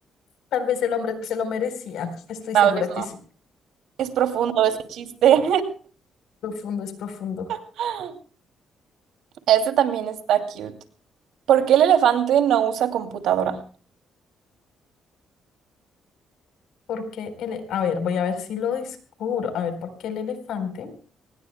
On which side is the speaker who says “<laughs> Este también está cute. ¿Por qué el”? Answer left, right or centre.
Right